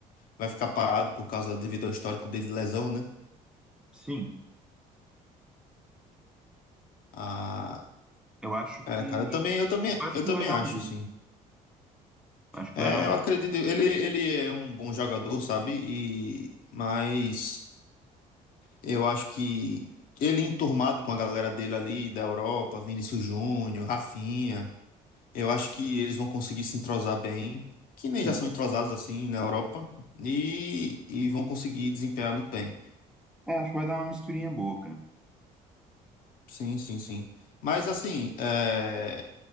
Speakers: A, on the left (about 70°); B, in the centre.
A: vai ficar parado por causa devido ao histórico dele de lesão, né?
B: Sim.
A: Ah,
B: Eu acho
A: é,
B: que.
A: cara, eu também, eu também,
B: Eu acho
A: eu
B: que
A: também
B: vai dar
A: acho,
B: um jeito.
A: assim.
B: Eu Acho que
A: É,
B: vai dar um
A: eu
B: jeito.
A: acredito, ele, ele é um bom jogador, sabe? E, mas eu acho que ele enturmado com a galera dele ali da Europa, Vinícius Júnior, Rafinha, eu acho que eles vão conseguir se entrosar bem, que nem
B: Sim.
A: já são entrosados assim na Europa, e, e vão conseguir desempenhar muito bem.
B: É, acho que vai dar uma misturinha boa, cara.
A: Sim, sim, sim. Mas assim, é,